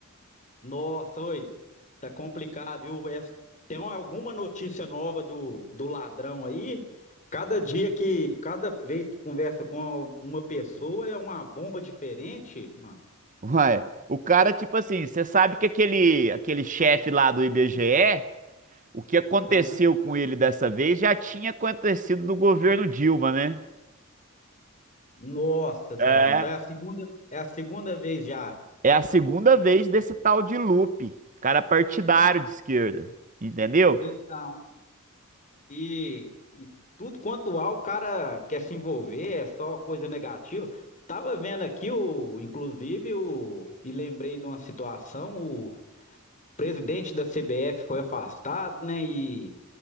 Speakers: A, on the left; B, on the right.
A: Nossa, oi, tá complicado, viu? Essa- Tem alguma notícia nova do, do ladrão aí? Cada dia que, cada vez que conversa com uma pessoa é uma bomba diferente, mano.
B: Ué, o cara, tipo assim, você sabe que aquele, aquele chefe lá do IBGE, o que aconteceu
A: Aham.
B: com ele dessa vez já tinha acontecido no governo Dilma, né?
A: Nossa, senhora.
B: É,
A: Então é a segunda, é a segunda vez já.
B: é a segunda vez desse tal de Lupe, cara partidário
A: E-
B: de esquerda, entendeu?
A: Então. E, e tudo quanto há, o cara quer se envolver, é só coisa negativa. Tava vendo aqui o, inclusive o, e lembrei de uma situação, o presidente da CBF foi afastado, né? E